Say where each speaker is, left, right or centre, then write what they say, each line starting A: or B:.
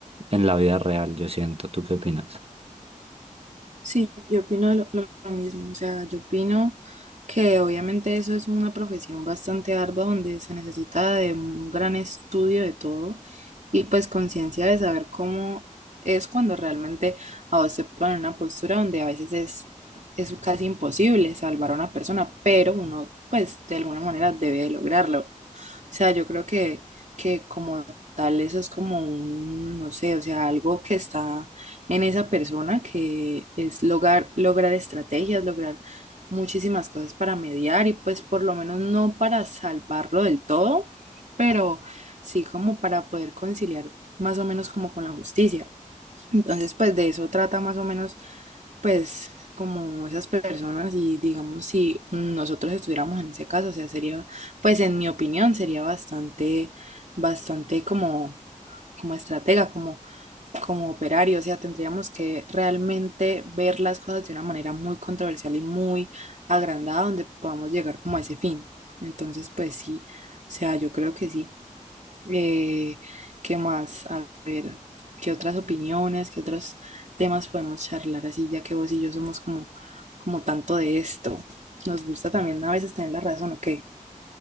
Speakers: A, on the right; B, on the right.
A: en la vida real, yo siento. ¿Tú qué opinas?
B: Sí, yo opino lo, lo- lo mismo, o sea, yo opino que obviamente eso es una profesión bastante ardua donde se necesita de un gran estudio de todo y pues conciencia de saber cómo es cuando realmente a vos te ponen en una postura donde a veces es, es casi imposible salvar a una persona, pero uno pues de alguna manera debe lograrlo sea, yo creo que, que como tal eso es como un, no sé, o sea, algo que está en esa persona que es lograr, lograr estrategias, lograr muchísimas cosas para mediar y pues por lo menos no para salvarlo del todo, pero sí como para poder conciliar más o menos como con la justicia. Entonces, pues de eso trata más o menos, pues como esas personas y digamos si nosotros estuviéramos en ese caso, o sea, sería, pues en mi opinión, sería bastante, bastante como, como estratega, como, como operario, o sea, tendríamos que realmente ver las cosas de una manera muy controversial y muy agrandada donde podamos llegar como a ese fin. Entonces, pues sí, o sea, yo creo que sí. Eh, ¿qué más? A ver, ¿qué otras opiniones, qué otros temas podemos charlar así, ya que vos y yo somos como, como tanto de esto? Nos gusta también a veces tener la razón, ¿ok?